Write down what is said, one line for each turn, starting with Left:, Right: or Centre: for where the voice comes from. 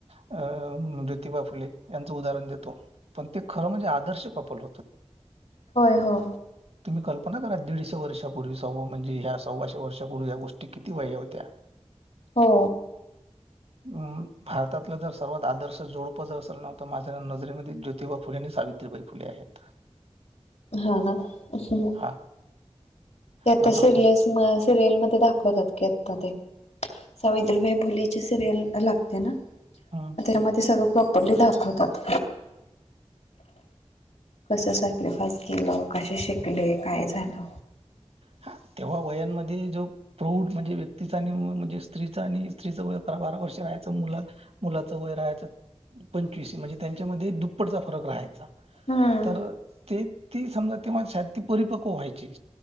Right: अ ज्योतिबा फुले. यांचं उदाहरण देतो पण ते खरं म्हणजे आदर्श कपल होतं.
Left: होय हो.
Right: तुम्ही कल्पना करा दीडशेर्षापूर्वी सव्वा म्हणजे ह्या सव्वाशे वर्षापूर्वी या या गोष्टी किती वेगळ्या होत्या.
Left: हो.
Right: <unintelligible> भारतातलं जर सर्वात आदर्श जोडपं जर असेल नव्ह तर माझ्या नजरमध्ये ज्योतिबा फुलेनी सावित बाई फुले आहेत.
Left: हा ना असं.
Right: हां,
Left: ते आता
Right: हां मला
Left: सिरियल
Right: पुस
Left: सिरियलमध्येध्ये दाखवतात की आता ते. सावित्रीबाई बोलीचे सिरियल लागते ना.
Right: हं.
Left: तेरा मध्ये सगळं प्रॉपरली दाखवतात‌. कसं सॅक्रिफाइस केलं कसे शिकले काय झालं.
Right: हा. तेव्हा वयांमध्ये जो प्रौढ म्हणजे व्यक्तीचा आणि म्हणजे स्त्रीचा आणि स्त्रीचा वय अकरा बारा वर्ष रा. यचं मुलाच वय राहायच पंचवीस म्हणजे त्यांच्यामध्ये दुप्पटचा फरक राहायचा.
Left: हम्म
Right: तर ते ते समजा तेव्हा <unintelligible> परिपक्व व्हायची.